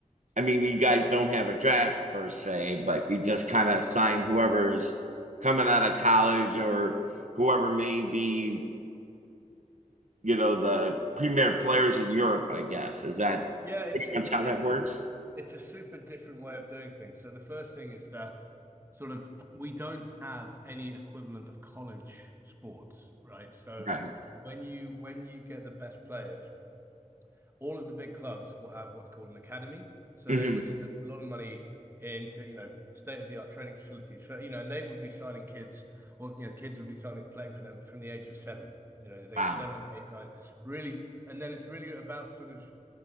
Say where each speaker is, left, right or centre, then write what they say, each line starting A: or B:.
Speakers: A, on the right; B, on the right.
A: I mean, you guys don't have a draft per se, but you just kind of assign whoever's coming out of college or whoever may be, you know, the premier players in Europe, I guess. Is that
B: Yeah, it's
A: pretty
B: it's
A: much how
B: it's
A: that works?
B: it's it's a super different way of doing things. So the first thing is that sort of we don't have any equivalent of college sports, right? So
A: Right.
B: when you when you get the best players, all of the big clubs will have what's called an academy. So
A: hmm
B: they would invest a lot of money into, you know, state-of-the-art training facilities for, you know, and they would be signing kids or, you know, kids would be signing playing for them from the age of seven. You know, they
A: Wow.
B: get seven, eight, nine, really, and then it's really about sort of